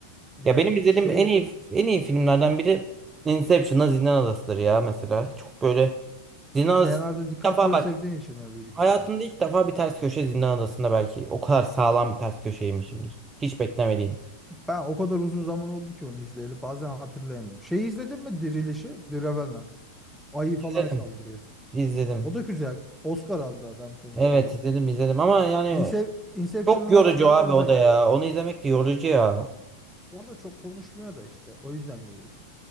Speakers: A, in the centre; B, on the right.
A: Yani
B: Ya benim izlediğim
A: şey
B: en iyi en iyi filmlerden biri Inception'la Zindan Adası'dır ya mesela. Çok böyle Zindan Adası
A: Leonardo DiCaprio
B: ilk defa bak
A: sevdiğin için o büyük
B: hayatımda
A: ihtimal.
B: ilk defa bir ters köşe Zindan Adası'nda belki o kadar sağlam bir ters köşeymişimdir. Hiç beklemediğim.
A: Ben o kadar uzun zaman oldu ki onu izleyeli bazen hatırlayamıyorum. Şeyi izledin mi Dirilişi? The Revenant. Ayı falan
B: İzledim.
A: saldırıyor.
B: İzledim.
A: O da güzel. Oscar aldı adam sonuçta
B: Evet
A: orada.
B: izledim izledim ama yani
A: Inse- Inception'ın
B: çok yorucu
A: Oscar'ı
B: abi
A: orada
B: o
A: geldi.
B: da ya. Onu izlemek de yorucu ya.
A: Orada çok konuşmuyor da işte. O yüzden yorucu.